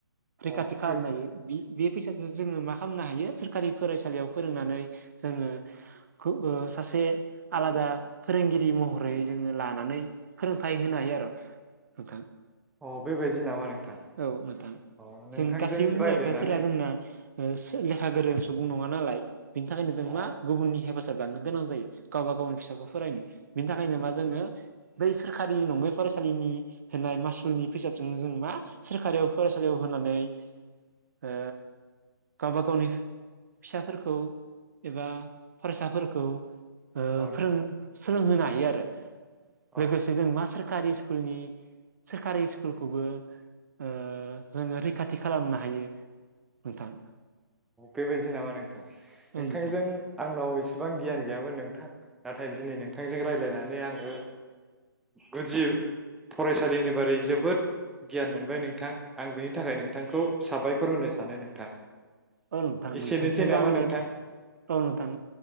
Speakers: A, on the right; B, in the centre.
A: रैखाथि
B: अ
A: खालामनो
B: बे
A: हायो बि बे फैसाजों जोङो मा खालामनो हायो सोरखारि फरायसालियाव फोरोंनानै जोङो गु ओ सासे आलादा फोरोंगिरि महरै जोङो लानानै फोरोंथाइ होनो हायो आरो नोंथां
B: अ बेबायदि नामा नोंथां
A: औ नोंथां
B: अ नोंथांजों
A: जों गासैबो बिमा
B: रायज्लायनानै
A: बिफाफोरा जोंना ओ लेखा गोरों सुबुं नङा नालाय बिनि था जों
B: औ
A: मा गुबुननि हेफाजाब लाथ'नो गोनां जायो गावबा गावनि फिसाखौ फरायनो बिनि थाखायनोबा जोङो बै सोरखारि नंङै फरायसालिनि होनाय मासुलनि फैसाजोंनो जों मा सोरखारियाव फरायसालियाव होनानै ओ गावबा गावनि फिसाफोरखौ एबा फरायसाफोरखौ ओ फोरों
B: नोंथां
A: सोलोंहोनाय य आरो
B: अ
A: लोगोसे जों मा सोरखारि स्कुलनि सोरखारि स्कुलखौबो ओ जोङो रैखाथि खालामनो हायो नोंथां
B: बेबायदि नामा नोंथां
A: औ
B: नोंथांजों
A: नोंथां
B: आंनाव एसेबां गियान गैयामोन नोंथां नाथाय दिनै नोंथांजों रायलायनानै आङो गुदि फरायसालिनि बारै जोबोद गियान मोनबाय नोंथां आं बिनि थाखाय नोंथांखौ साबायखर होनो सानो नोंथां
A: औ नोंथां नोंथांसिमबो
B: एसेनोसै नामा
A: आङो
B: नोंथां
A: औ नोंथां